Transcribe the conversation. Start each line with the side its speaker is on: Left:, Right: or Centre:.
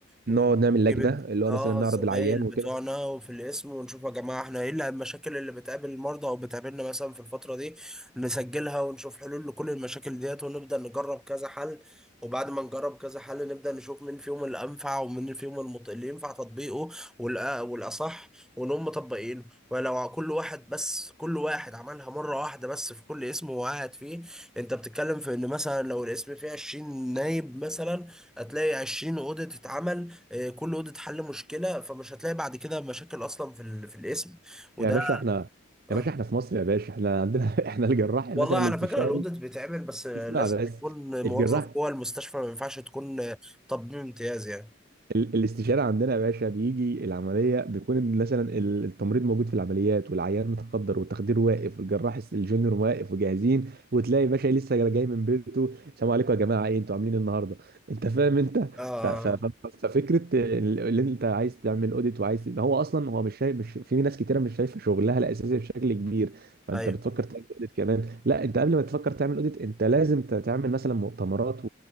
Centre: ونجيب
Right: نقعد نعمل لجنه اللي
Centre: اه
Right: هو مثلا نعرض
Centre: الزمايل
Right: العيان
Centre: بتوعنا
Right: وكده
Centre: وفي الاسم ونشوف يا جماعه احنا ايه اللي- المشاكل اللي بتقابل المرضى او بتقابلنا مثلا في الفتره دي نسجلها ونشوف حلول لكل المشاكل ديت ونبدا نجرب كذا حل وبعد ما نجرب كذا حل نبدا نشوف مين فيهم اللي انفع ومين فيهم المط... اللي ينفع تطبيقه والأ... والاصح ونقوم مطبقينه ولو كل واحد بس كل واحد عملها مره واحده بس في كل اسم وقعد فيه انت بتتكلم في ان مثلا لو القسم فيه 20 نايب مثلا هتلاقي 20 اوضه تتعمل اه، كل اوضه حل مشكله فمش هتلاقي بعد كده مشاكل اصلا في ال- في القسم وده
Right: يا باشا احنا
Centre: اه.
Right: يا باشا احنا في مصر يا باشا احنا عندنا <laughs> احنا الجراح
Centre: والله
Right: مثلا
Centre: على
Right: الاستشاري
Centre: فكره الاوديت بيتعمل بس اه،
Right: اسمع
Centre: لازم
Right: بس
Centre: يكون موظف
Right: الجراح
Centre: جوه المستشفى ما ينفعش تكون اه، طبيب امتياز يعني
Right: ال- الاستشارة عندنا يا باشا بيجي العملية بيكون إن مثلا ال- التمريض موجود في العمليات والعيان متخدر والتخدير واقف والجراح الس- الجونيور واقف وجاهزين وتلاقي باشا لسه جاي من بيته السلام عليكم يا جماعة ايه انتوا عاملين إيه النهاردة انت فاهم انت
Centre: اه
Right: ف- ف- ف- ففكرة ال- اللي انت عايز تعمل اوديت وعايز إن هو اصلا هو مش شايف مش في ناس كتيرة مش شايفة شغلها الأساسي بشكل كبير فانت
Centre: اه اه. ايوه
Right: بتفكر تعمل اوديت كمان لا انت قبل ما تفكر تعمل اوديت انت لازم ت- تعمل مثلا مؤتمرات